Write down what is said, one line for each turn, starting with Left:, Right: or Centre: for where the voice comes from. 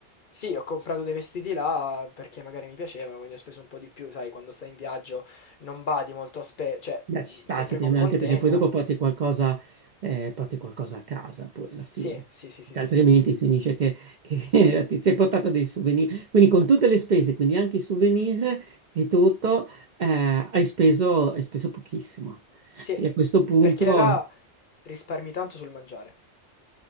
Left: Sì, ho comprato dei vestiti là perché magari mi piacevano, quindi ho speso un po' di più, sai, quando stai in viaggio non badi molto a spe- cioè
Right: Beh,
Left: mm,
Right: ci sta
Left: sempre
Right: effettivamente,
Left: con contegno.
Right: anche perché poi dopo
Left: mm.
Right: porti qualcosa, eh, porti qualcosa a casa poi alla fine,
Left: Sì, sì, sì,
Right: perché
Left: sì, sì,
Right: altrimenti
Left: sì. Eh,
Right: finisce che, che <laughs> ti sei portato dei souvenir. Quindi con tutte le spese, quindi anche i souvenir e tutto, eh, hai speso, hai speso pochissimo.
Left: Sì, eh,
Right: E a questo punto
Left: perché là risparmi tanto sul mangiare.